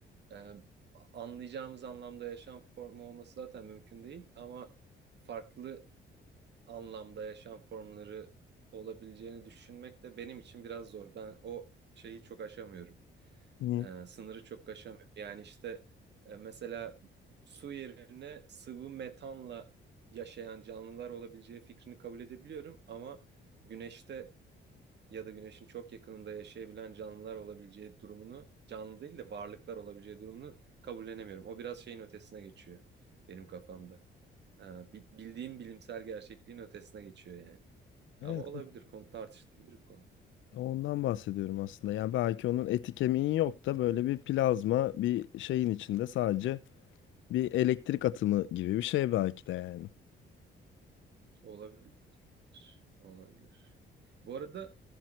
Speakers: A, on the right; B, on the left.
A: e, anlayacağımız anlamda yaşam formu olması zaten mümkün değil. Ama farklı anlamda yaşam formları olabileceğini düşünmek de benim için biraz zor. Ben o şeyi çok aşamıyorum.
B: Hı.
A: E, sınırı çok aşamıyor. Yani işte e, mesela su yerine sıvı metanla yaşayan canlılar olabileceği fikrini kabul edebiliyorum ama güneşte ya da güneşin çok yakınında yaşayabilen canlılar olabileceği durumunu, canlı değil de varlıklar olabileceği durumunu kabullenemiyorum. O biraz şeyin ötesine geçiyor benim kafamda. E, bi- bildiğim bilimsel gerçekliğin ötesine geçiyor yani. Ama
B: Evet.
A: olabilir, konu tartışılabilir bir konu.
B: Ondan bahsediyorum aslında. Yani belki onun eti kemiği yok da böyle bir plazma bir şeyin içinde sadece bir elektrik atımı gibi bir şey belki de yani.
A: Olabilir, olabilir. Bu arada